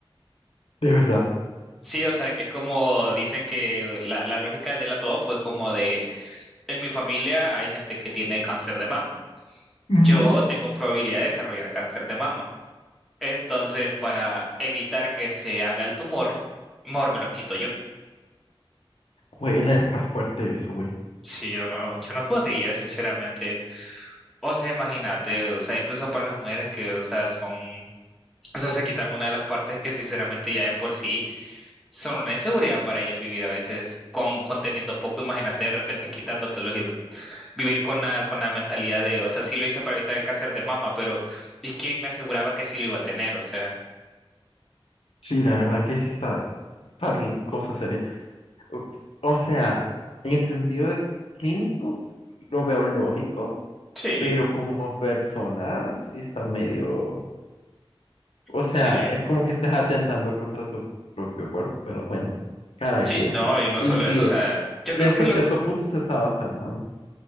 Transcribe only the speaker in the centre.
Sí, o sea, que es como dicen que la, la lógica de la todo fue como de, en mi familia hay gente que tiene cáncer de mama.
Yo tengo probabilidad de desarrollar cáncer de mama. Entonces, para evitar que se haga el tumor, mejor me los quito yo.
Sí, yo no, yo no podría, sinceramente. O sea, imagínate, o sea, incluso para las mujeres que, o sea, son, o sea, se quitan una de las partes que sinceramente ya de por sí son una inseguridad para ellas vivir a veces con, con teniendo poco, imagínate de repente quitándotelos y vivir con la, con la mentalidad de, o sea, sí lo hice para evitar el cáncer de mama, pero ¿y quién me aseguraba que sí lo iba a tener? O sea.
Sí,
Sí,
sí,
no, y no
solo
eso, o sea, yo
creo
que lo,